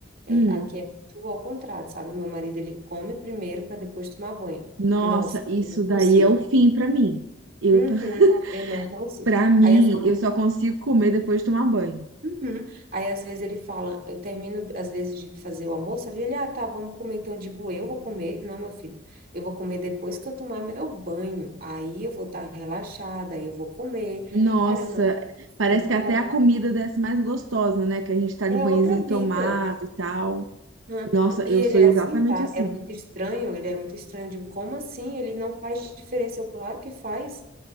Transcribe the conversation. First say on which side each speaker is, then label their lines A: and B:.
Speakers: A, on the right (about 50°); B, on the right (about 85°).
A: é,
B: Hum.
A: aqui é tudo ao contrário, sabe? Meu marido, ele come primeiro para depois tomar banho.
B: Nossa,
A: Nossa,
B: isso
A: eu não consigo.
B: daí é o fim pra mim. Eu,
A: Uhum,
B: ta-
A: eu não consigo.
B: <laughs> pra mim,
A: Aí,
B: eu só consigo comer depois de tomar banho.
A: Uhum. Aí às vezes ele fala, eu termino às vezes de fazer o almoço ali, ele, ah, tá, vamos comer. Então eu digo, eu vou comer. Não, meu filho, eu vou comer depois que eu tomar meu banho. Aí eu vou estar relaxada, aí eu vou comer.
B: Nossa,
A: Cara, eu não consigo
B: parece que
A: comer.
B: até a comida desce mais gostosa, né? Que a gente tá de
A: É
B: banhozinho
A: outra vida.
B: tomado e tal.
A: Hã?
B: Nossa,
A: E
B: eu
A: ele
B: sou
A: é
B: exatamente
A: assim, tá?
B: assim.
A: É muito estranho, ele é muito estranho. Eu digo, como assim? Ele não faz diferença. Eu, claro que faz.